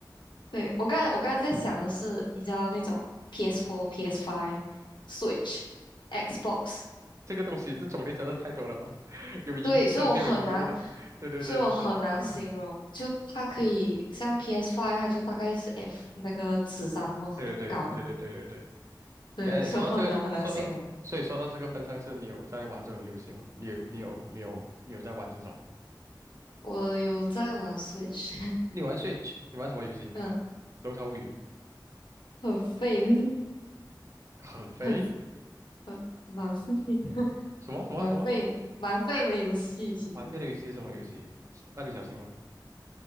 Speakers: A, on the left; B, on the right.
A: 对，我刚才我刚才在想的是，你知道那种 PS4、PS5、Switch、Xbox，
B: 这个东西，这种类真的太多了吧？<laughs> 有荧幕的，
A: 对，所以我很难，
B: 没有荧幕的，对对对对
A: 所以我很难形容，就它可以像 PS5，它就大概是 F 那个纸张那么高嘛，
B: 对对对对对对对对对。
A: 对，
B: 对，
A: <laughs> 所以很难很难形容。
B: 说到这个，说到，所以说到这个份上，是你有在玩这种游戏吗？你有，你有，你有，你有在玩这种？
A: 我有在玩 Switch，
B: 你玩 Switch，你玩什么游戏？
A: <laughs> 嗯，
B: 《龙槽物语》
A: 很废的，
B: 很肥，
A: <laughs> 很很蛮废的，<laughs>
B: 什么什么什么？
A: 蛮废蛮废的游戏，其实。
B: 蛮肥的游戏是什么游戏？是蜡笔小新吗？